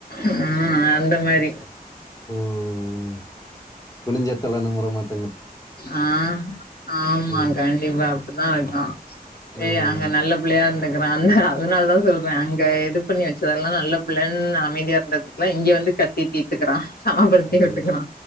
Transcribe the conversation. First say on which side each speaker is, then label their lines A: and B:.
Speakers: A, on the left; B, on the left.
A: ம் அந்த மாரி
B: ம் குனிஞ்சத்தல நிமுறமாட்
A: ஆ ஆமாங்க
B: ம்
A: இவ அப்டிதா இருக்கா
B: ம்
A: ஏய் அங்க நல்ல பிள்ளையா இருந்துக்குறான்ல அதனால தா சொல்றே அங்க இது பண்ணி வச்சதெல்லா நல்ல பிள்ளைன்னு அமைதியா இருந்ததுல இங்க வந்து கத்திட்டு தீத்துக்குறா சாம்ப்படுத்தி
B: அது
A: விட்டுக்குறா
B: ஸ்-